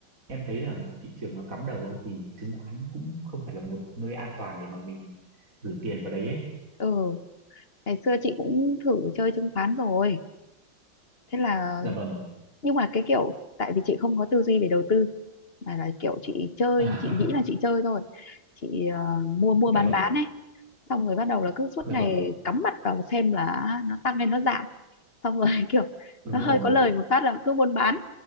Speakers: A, on the right; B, on the left.
A: em thấy là thị trường nó cắm đầu ấy thì chứng khoán cũng không phải là một nơi an toàn để mà mình gửi tiền vào đấy ấy
B: ừ ngày xưa chị cũng thử chơi chứng khoán rồi thế là
A: dạ vâng
B: nhưng mà cái kiểu tại vì chị không có tư duy về đầu tư mà là kiểu chị chơi
A: <laughs>
B: chị nghĩ là chị chơi thôi chị ờ, mua mua
A: dạ
B: bán
A: vâng
B: bán ấy xong rồi bắt đầu là cứ suốt
A: dạ
B: ngày
A: vâng
B: cắm mặt vào xem là nó tăng hay nó giảm xong rồi <laughs> kiểu
A: đúng
B: nó hơi
A: rồi
B: có lời một phát là cứ buôn bán